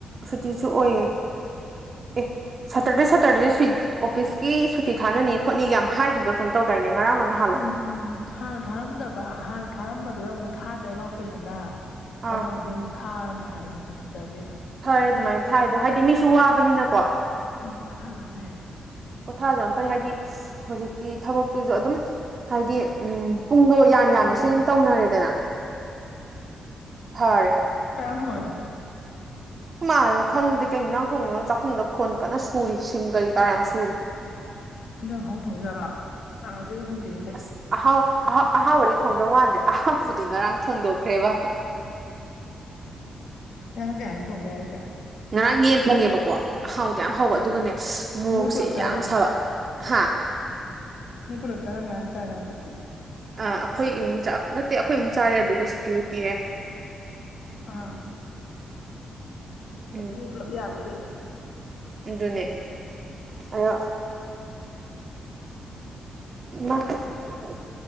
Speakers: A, on the right; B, on the left.
A: ꯁꯨꯇꯤꯁꯨ ꯑꯣꯏꯌꯦ ꯑꯦ ꯁꯦꯇꯔꯗꯦ ꯁꯦꯇꯔꯗꯦ ꯁ ꯑꯣꯐꯤꯁꯀꯤ ꯁꯨꯇꯤ ꯊꯥꯅꯅꯤ ꯈꯣꯠꯅꯤꯒ ꯌꯥꯝ ꯍꯥꯏꯈꯤꯕ ꯀꯨꯝꯝ ꯇꯧꯗꯥꯏꯅꯦ ꯉꯔꯥꯡ ꯂꯣꯅ ꯍꯥꯜꯂꯣ
B: ꯎꯝ ꯎꯝ ꯍꯥꯟꯅ ꯊꯥꯔꯝꯗꯕ ꯍꯥꯟꯅ ꯊꯥꯔꯝꯕꯗꯨꯗ ꯑꯃꯨꯛ ꯊꯥꯗ꯭ꯔꯦ ꯂꯥꯎꯊꯣꯛꯗꯅ
A: ꯑꯥ
B: ꯑꯗꯣ ꯍꯧꯖꯤꯛ ꯑꯃꯨꯛ ꯊꯥꯔꯅꯦ ꯍꯥꯏꯕ ꯊꯦꯇꯔꯗꯦꯗꯣ
A: ꯐꯔꯦ ꯑꯗꯨꯃꯥꯏꯅ ꯊꯥꯏꯗꯣ ꯍꯥꯏꯗꯤ ꯃꯤꯁꯨ ꯋꯥꯕꯅꯤꯅꯀꯣ
B: ꯎꯝ ꯄꯣꯊꯥꯖꯅꯕ ꯍꯦꯟꯅ
A: ꯄꯣꯊꯖ ꯌꯥꯝ ꯐꯩ ꯍꯥꯏꯗꯤ ꯍꯧꯖꯤꯛꯇꯤ ꯊꯕꯛꯇꯨꯁꯨ ꯑꯗꯨꯝ ꯍꯥꯏꯗꯤ ꯎꯝ ꯄꯨꯡꯗꯣꯏ ꯌꯥꯝ
B: ꯆꯤꯜꯂꯦꯗꯅ
A: ꯌꯥꯝꯅꯁꯨ ꯑꯗꯨꯝ ꯇꯧꯅꯔꯦꯗꯅ ꯐꯔꯦ
B: ꯀꯦꯟ ꯍꯣ
A: ꯀꯃꯅ ꯈꯪꯗꯦ ꯀꯩ ꯌꯦꯟꯖꯥꯡ ꯊꯣꯡꯅꯤꯅ ꯆꯥꯛꯈꯨꯝꯗ ꯈꯣꯟ ꯀꯟꯅ ꯁꯨꯔꯤ ꯁꯤꯡ ꯀꯔꯤ ꯀꯥ ꯌꯥꯝ ꯁꯨꯔꯤ
B: ꯗ ꯍꯥꯎꯊꯣꯡꯖꯔꯥ ꯑ ꯑꯗꯨ ꯐꯪꯗꯦ
A: ꯑꯁ ꯑꯍꯥꯎ ꯑꯍꯥꯎ ꯑꯍꯥꯎꯕꯗꯤ ꯊꯣꯡꯗꯧ ꯃꯥꯟꯗ꯭ꯔꯦ ꯑꯍꯥꯎꯕꯗꯤ ꯉꯔꯥꯡ ꯊꯣꯡꯗꯣꯛꯈ꯭ꯔꯦꯕ
B: ꯀꯩꯍꯥꯡ ꯀꯩꯍꯪ ꯊꯣꯡꯒꯦ ꯍꯥꯏꯁꯦ
A: ꯉꯔꯥꯡ ꯌꯦꯟ ꯊꯣꯡꯉꯦꯕꯀꯣ ꯑꯍꯥꯎꯗꯤ ꯌꯥꯝ ꯍꯥꯎꯕ ꯑꯗꯨꯒꯅꯦ ꯃꯣꯔꯣꯛꯁꯦ
B: ꯅꯣꯏ ꯄꯨꯂꯞ ꯆꯥꯏꯔꯣ
A: ꯌꯥꯝ ꯁꯥꯕ ꯍꯥ
B: ꯅꯪ ꯄꯨꯂꯞ ꯆꯥꯔ ꯃꯌꯥꯝ ꯆꯥꯏꯔꯕ
A: ꯑ ꯑꯩꯈꯣꯏ ꯏꯨ ꯅꯠꯇꯦ ꯑꯩꯈꯣꯏ ꯏꯨꯛ ꯆꯥꯔꯦ ꯑꯗꯨꯒ ꯁꯨꯇꯤ ꯍ ꯄꯤꯔꯦ
B: ꯑ
A: ꯎꯝ
B: ꯑꯗꯨꯗꯤ ꯄꯨꯂꯞ ꯌꯥꯝꯃꯤ ꯀꯩꯅꯣ
A: ꯑꯗꯨꯅꯦ ꯑꯗꯣ ꯃꯥ ꯑ